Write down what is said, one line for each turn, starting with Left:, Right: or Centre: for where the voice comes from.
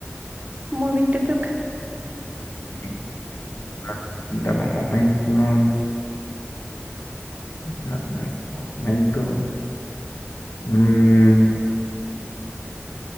Right: Muy bien, te toca.
Left: Sí, ah, Dame un momento, dame un momento. Mm,